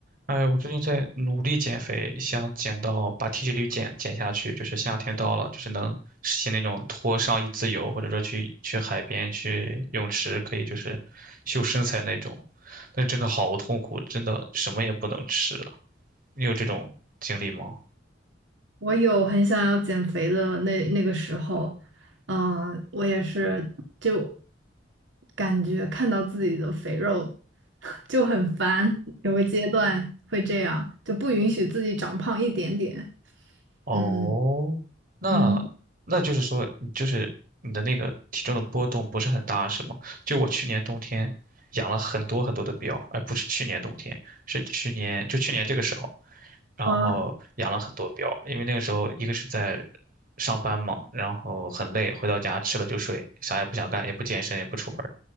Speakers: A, on the right (about 50°); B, on the right (about 75°).
A: 哎，我最近在努力减肥，想减到把体脂率减减下去，就是夏天到了，就是能实现那种脱上衣自由，或者说去去海边、去泳池，可以就是秀身材那种。但是真的好痛苦，真的什么也不能吃啊你有这种经历吗？
B: 我有很想要减肥的那那个时候，嗯、我也是就感觉看到自己的肥肉 <laughs> 就很烦，有个阶段会这样，就不允许自己长胖一点点。
A: 哦，
B: 嗯
A: 那那就是说，
B: 嗯，
A: 你就是你的那个体重的波动不是很大，是吗？就我去年冬天养了很多很多的膘，哎，不是去年冬天，是去年就去年这个时候。然后养了很多膘，
B: 啊
A: 因为那个时候一个是在上班嘛，然后很累，回到家吃了就睡，啥也不想干，也不健身，也不出门儿